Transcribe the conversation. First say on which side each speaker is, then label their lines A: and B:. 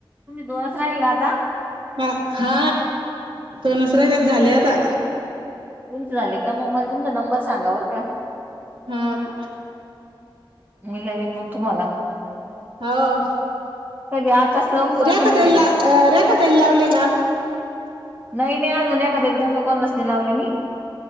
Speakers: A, on the right; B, on the right.
A: तुम्ही दोरच राहील ना आता.
B: हा हा तोनुसऱ्या गत झाले आता.
A: तुमचं झाले त्यामुळेग मला तुमचा नंबर सांगावरर का?
B: हा.
A: मी जावीन मग तुम्हाला.
B: हो
A: कधी आताच लावू का
B: र्याखतईला
A: संध्याकाळी लावू
B: ला र्याखातला लावले का?
A: नाही मी अजून द्याखा त्यांना कोणालाच नाही लावले मी.